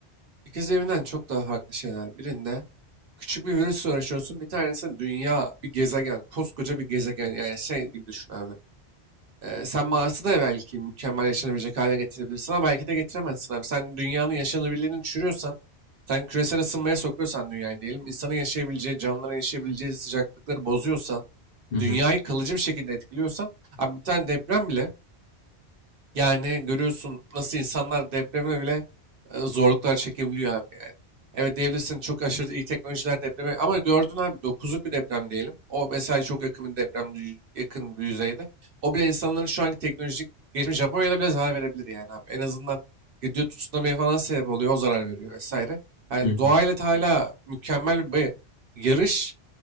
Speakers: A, on the right; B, on the left.
A: ikisi birbirinden çok daha farklı şeyler. Birinde küçük bir virüsle uğraşıyorsun. Bir tanesi dünya, bir gezegen, koskoca bir gezegen. Yani şey gibi düşün abi. Ee, sen Mars'ı da belki mükemmel yaşanabilecek hale getirebilirsin ama belki de getiremezsin abi. Sen dünyanın yaşanabilirliğini düşürüyorsan, sen küresel ısınmaya sokuyorsan dünyayı diyelim, insanın yaşayabileceği, canlıların yaşayabileceği sıcaklıkları bozuyorsan,
B: hı, hı,
A: dünyayı kalıcı bir şekilde etkiliyorsan, abi bir tane deprem bile yani görüyorsun nasıl insanlar depremle bile e, zorluklar çekebiliyor abi yani. Evet diyebilirsin çok aşırı iyi teknolojiler depreme ama gördün abi dokuzluk bir deprem diyelim. O mesela çok yakın bir deprem dü- yakın bir yüzeyde. O bile insanların şu anki teknolojik geçmiş Japonya'da bile zarar verebilir yani abi. En azından gidiyor tsunami'ye falan sebep oluyor o zarar veriyor vesaire. Yani
B: hı,
A: doğayla da hala mükemmel bir yarış.